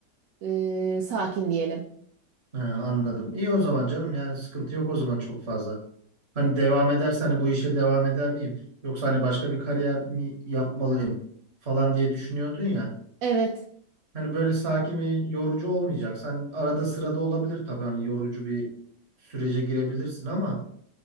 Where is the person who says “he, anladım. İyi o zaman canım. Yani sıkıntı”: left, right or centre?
Right